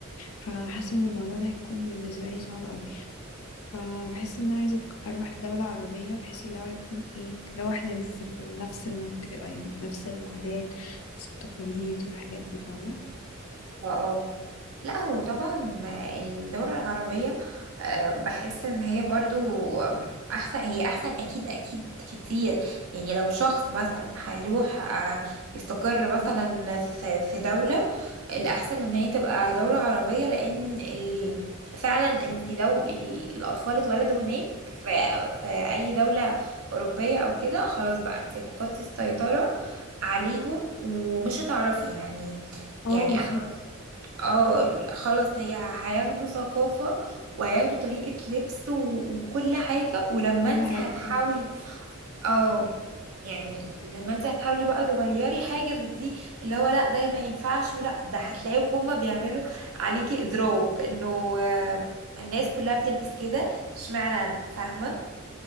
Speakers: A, on the left; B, on the right.
A: فحاسة ان الموضوع ده هيكون بالنسبة لي صعب قوي فبحس ان انا عايزة اروح دولة عربية بحيث اللي هو يكون ايه لو احنا لسه في نفس المنطقة يعني نفس العادات نفس التقاليد والحاجات دي فاهمة
B: اه لا هو طبعا الدولة العربية آه، بحس ان هي برضو آم، احسن هي احسن اكيد اكيد كتير يعني لو شخص مثلا هيروح آه، يستقر مثلا في في دولة الاحسن ان هي تبقى دولة عربية لان ال... فعلا انت لو ال- الاطفال اتولدوا هناك في في اي دولة اوروبية او كده خلاص بقى انت فقدتي السيطرة عليهم ومش هتعرفي يعني
A: اه
B: يعني
A: بالظبط
B: انا اه خلاص هي هياخدوا ثقافة وهياخدوا طريقة لبس و- وكل حاجة ولما
A: كل
B: انت
A: حاجة
B: هتحاولي
A: فعلا
B: اه يعني لما انت هتحاولي بقى تغيري حاجة في دي اللي هو لا ده ما ينفعش ولا ده هتلاقيهم هما بيعملوا عليكي اضراب انه آه، الناس كلها بتلبس كده اشمعنى انا فاهمة